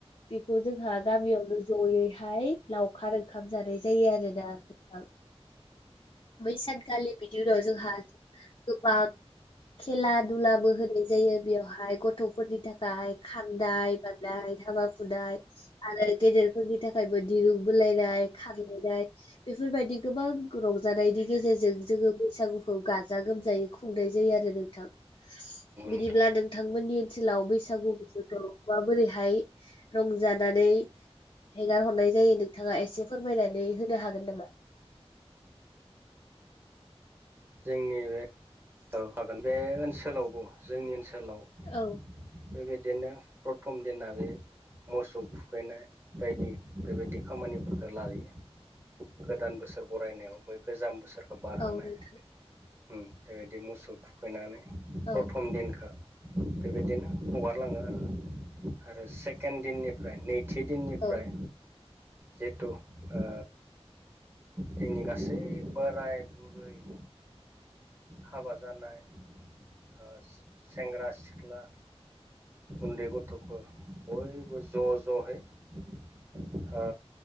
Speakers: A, on the left (about 50°); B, on the right (about 20°).
A: बेखौ जोंहा गामियावनो ज'यैहाय लाव खार ओंखाम जानाय जायो आरो ना नोंथां। बै सानखालि बेनि उनाव जोंहा गोबां खेला दुलाबो होनाय जायो बेवहाय गथ'फोरनि थाखाय। खान्दाय बारनाय हाबा हुदाय आरो गेदेर फोरनि थाखायबो दिरुं बलायनाय खारलायनाय बेफोरबायदि गोबां रंजानायनि गेजेरजों जोङो बैसागुखौ गाजा गोमजायै खुंनाय जायो आरो नोंथां बिदिब्ला
B: नोंथां
A: नोंथांमोननि ओनसोलाव बैसागु <unintelligible> माबोरैहाय रंजानानै हेगार हरनाय जायो नोंथाङा एसे फोरमायनानै होनो हागोन नामा
B: जोंनि बे <unintelligible> बे ओनसोलावबो जोंनि ओनसोलाव
A: औ
B: बेबायदिनो प्रथम दिना बे मोसौ थुखैनाय बायदि बेबायदि खामानिफोरखो लायो। गोदान बोसोर बरायनायाव बै गोजाम बोसोरखौ बारहोनाय
A: औ नोंथां
B: होम बेबायदि मोसौ थुखैनानै
A: औ
B: प्रथम दिनखो बेबायदिनो हगारलाङो आरो आरो सेकेण्ड दिननि फ्राय नैथि दिननिफ्राय
A: औ
B: जेतु ओ जोंनि गासै बोराय बुरै ओ हाबा जानाय ओस सेंग्रा सिख्ला उन्दै गथ'फोर बयबो ज' ज' हाय हा